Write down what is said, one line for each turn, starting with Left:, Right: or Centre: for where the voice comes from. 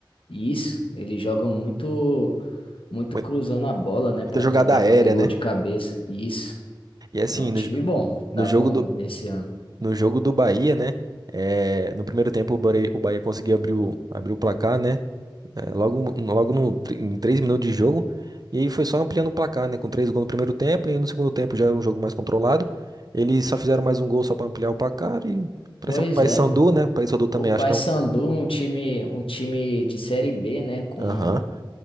Left: Isso, eles jogam muito Muito
Right: Mui-
Left: cruzando a bola, né,
Right: Muita
Left: Pra
Right: jogada
Left: tentar
Right: aérea,
Left: fazer gol
Right: né?
Left: de cabeça. Isso.
Right: E assim,
Left: É um time
Right: no, jo-
Left: bom,
Right: no
Left: tá
Right: jogo
Left: bom
Right: do,
Left: nesse ano.
Right: no jogo do Bahia, né? É, no primeiro tempo o Bahia, o Bahia conseguiu abrir o, abrir o placar, né? É, logo no- logo no, tr- em três minutos de jogo. E aí foi só ampliando o placar, né? Com três gols no primeiro tempo. E no segundo tempo já era um jogo mais controlado. Eles só fizeram mais um gol só pra ampliar o placar. E pra
Left: Pois
Right: cima do Paysandu,
Left: é, mano.
Right: né? O Paysandu também
Left: O Paysandu,
Right: acho que é um.
Left: um time, um time de série B, né, com
Right: Aham.
Left: uma